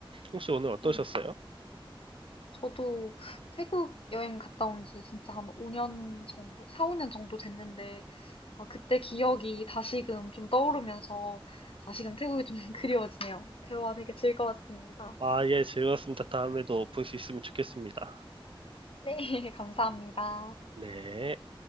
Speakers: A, on the right; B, on the left.
A: 혹시 오늘 어떠셨어요?
B: 네. 저도 태국 여행 갔다 온지 진짜 한 5년 정도? 4-5년 정도 됐는데 아, 그때 기억이 다시금 좀 떠오르면서 다시금 태국이 좀 <laughs> 그리워지네요. 대화 되게 즐거웠습니다.
A: 아, 예, 즐거웠습니다. 다음에도 볼 수 있으면 좋겠습니다.
B: 네, <laughs> 감사합니다.
A: 네.